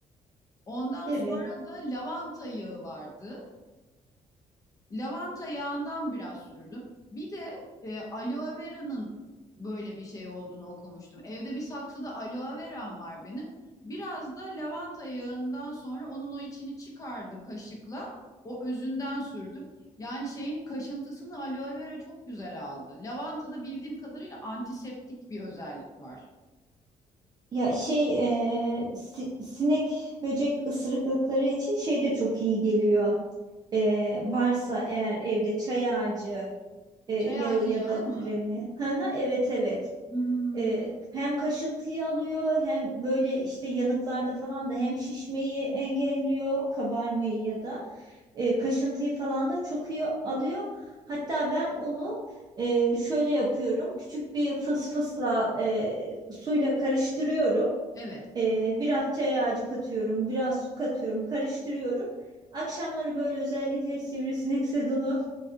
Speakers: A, on the left; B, on the right.
A: Ondan
B: Evet.
A: sonra da lavanta yağı vardı. Lavanta yağından biraz sürdüm. Bir de e, aloe vera'nın böyle bir şey olduğunu okumuştum. Evde bir saksıda aloe veram var benim. Biraz da lavanta yağından sonra onun o içini çıkardım kaşıkla. O özünden sürdüm. Yani şeyin kaşıntısını aloe vera çok güzel aldı. Lavantada bildiğim kadarıyla antiseptik bir özellik var.
B: Ya şey e, si- sinek böcek ısırıklıkları için şey de çok iyi geliyor. E, varsa eğer evde çay ağacı e, yağı
A: Çay ağacı
B: ya
A: yağı
B: da
A: mı?
B: kremi. <laughs> Hı hı, Evet evet.
A: Hmm,
B: E, hem kaşıntıyı alıyor hem böyle işte yanıklarda falan da hem şişmeyi engelliyor kabarmayı ya da e, kaşıntıyı falan da çok iyi alıyor. Hatta ben onu e, şöyle yapıyorum küçük bir fısfısla e, suyla karıştırıyorum.
A: evet.
B: E, biraz çay ağacı katıyorum biraz su katıyorum karıştırıyorum. Akşamları böyle özellikle sivrisinek <laughs> sezonu